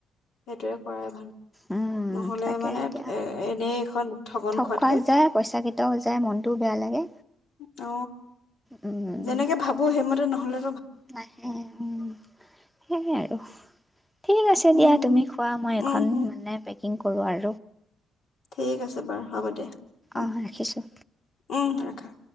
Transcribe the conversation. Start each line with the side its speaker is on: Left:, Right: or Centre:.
Left: সেইটোৱে কৰাই ভাল
Centre: উম
Left: নহলে
Centre: তাকে
Left: মানে
Centre: এতিয়া
Left: এ এনেই এখন ঠগন
Centre: ঠগ
Left: খোৱাতকে
Centre: খোৱা যায় পইচাকটাও যায় মনটোও বেয়া লাগে।
Left: অ
Centre: উম
Left: যেনেকে ভাবো সেইমতে। নহ'লে।
Centre: নাহে উম সেইয় আৰু। ঠিক আছে
Left: উম,
Centre: দিয়া তুমি খোৱা মই এইখন
Left: উম, হম
Centre: মানে পেক। ই কৰোঁ আৰ
Left: ঠিক আছে বাৰু হ'ব দে উ
Centre: অহ ৰাখিছোঁ
Left: উম। থ।